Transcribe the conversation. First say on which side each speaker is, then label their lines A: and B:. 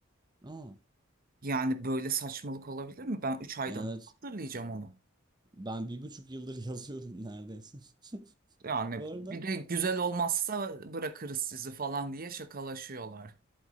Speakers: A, on the right; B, on the right.
A: Aa,
B: Yani böyle saçmalık olabilir mi? Ben 3 aydan
A: evet.
B: nasıl hatırlayacağım onu.
A: Ben bir buçuk yıldır yazıyorum neredeyse. <laughs>
B: Yani
A: Bu arada
B: bir de güzel olmazsa bırakırız sizi falan diye şakalaşıyorlar.